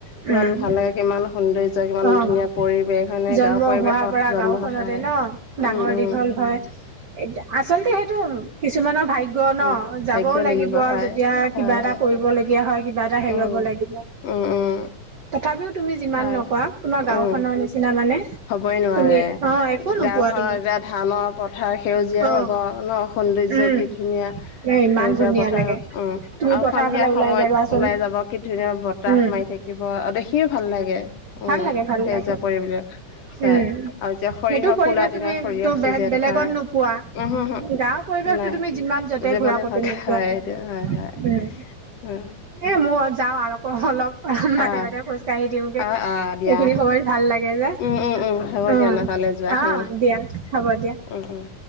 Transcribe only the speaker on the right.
উম
অঁ
জন্ম
হোৱাৰ পৰা
গাওখনতে
ন। ডাঙৰ
দীঘল হয় এ আচলতে সেইটো কিছুমানৰ ভাগ্ ভাগ্য ন
যাবও
লাগিব
যেতিয়া কিবা
এটা
কৰিবলগীয়া হয় কিবা এটা হেৰুৱাব
লাগিব।
তথাপিও তুমি যিমান
নকোৱা তোমাৰ গাঁওখনৰ
নিচিনা মানে
তুমি অ একো নোপোৱা
তুমি
অ',
উম,
এ ইমান
ধুনীয়া
লাগে।
তুমি
পথাৰৰ
ফালে ওলাই
যাবাচোন,
উম,
ভাল
লাগে, ভাল
লাগে,
উম,
সেইটো পৰিৱেশ
তুমি
তো
বেলেগত
নোপোৱা।
গাঁৱৰ পৰিৱেশটো
তুমি যিমান য'তে
ঘূৰা
ক'তো
নোপোৱা,
উম।
এ মই যাওঁ আৰক অলপ। অ বাটে
বাটে খোজ কাঢ়ি দিওগে
এইখিনি সময়ত ভাল লাগে যে
অঁ।
অঁ
দিয়া হ'ব দিয়া।